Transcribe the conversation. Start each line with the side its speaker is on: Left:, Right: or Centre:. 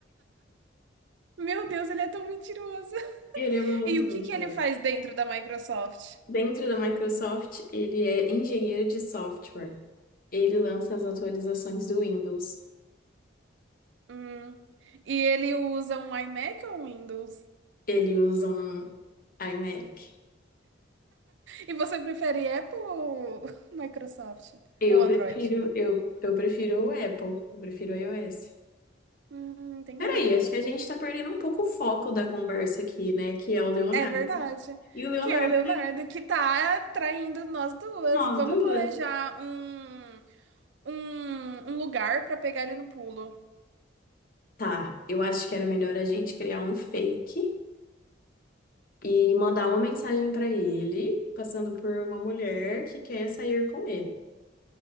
Right: Meu Deus, ele é tão mentiroso.
Left: Ele é muito
Right: E o
Left: mentiroso.
Right: que que ele faz dentro da Microsoft?
Left: Dentro da Microsoft, ele é engenheiro de software. Ele lança as atualizações do Windows.
Right: Hum. E ele usa um iMac ou um Windows?
Left: Ele usa um iMac.
Right: E você prefere Apple ou <laughs> Microsoft?
Left: Eu
Right: Ou Android?
Left: prefiro, eu, eu prefiro o Apple, eu prefiro o iOS.
Right: Hum, entendi.
Left: Peraí, acho que a gente tá perdendo um pouco o foco da conversa aqui, né? Que é o Leonardo.
Right: É verdade.
Left: E o Leonardo,
Right: Que é o Leonardo
Left: tá
Right: que tá traindo nós duas.
Left: nós
Right: Vamos
Left: duas.
Right: planejar um, um, um lugar pra pegar ele no pulo.
Left: Tá, eu acho que era melhor a gente criar um fake e mandar uma mensagem pra ele, passando por uma mulher que quer sair com ele.